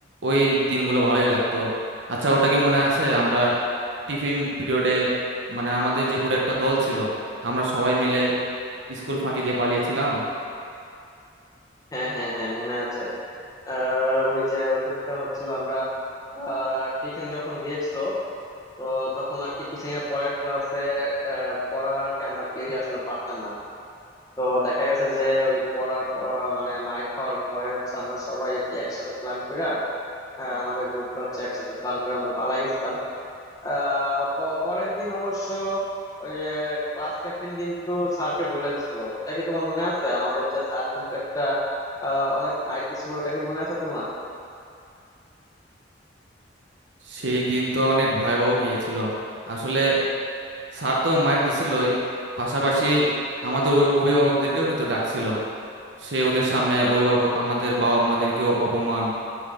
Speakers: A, on the right (about 75°); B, on the left (about 20°).
A: ওই দিনগুলো ভালোই লাগতো আচ্ছা ওটা কি মনে আছে আমরা টিফিন পিরিয়ডে মানে আমাদের যে পুরো একটা দল ছিল আমরা সবাই মিলে স্কুল ফাঁকি দিয়ে পালিয়েছিলাম
B: হ্যাঁ হ্যাঁ হ্যাঁ মনে আছে আহ ওই যে ওদেরকে হচ্ছিল আমরা আহ টিফিন যখন দিয়েছিল তো তখন আর কি টিফিন এর পরের ক্লাসে পড়া আর কি আমরা কেউই আসলে পারতাম না তো দেখা গেছে যে ওই পড়ার প- মানে মাইর খাওয়ার ভয়ে হচ্ছে আমরা সবাই আর কি একসাথে প্ল্যান করে আহ, আমাদের গ্রুপটা হচ্ছে একসাথে প্ল্যান করে আমরা পালাই গেছিলাম আহ, প- পরের দিন অবশ্য ওই যে ক্লাস ক্যাপ্টেন কিন্তু স্যারকে বলে দিছিল ওটা কি তোমার মনে আছে আমাদের যে স্যার কিন্তু একটা আহ, অনেক মাইর দিছিল ওটা কি মনে আছে তোমার
A: সেই দিন তো অনেক ভয়াবহ গিয়েছিল আসলে স্যার তো মায়ের দিছিলই পাশাপাশি আমাদের ওই অভিভাবকদেরকেও কিন্তু ডাকছিল সে ওদের সামনে অভিভাবক আমাদের বাবা মাদেরকেও অপমান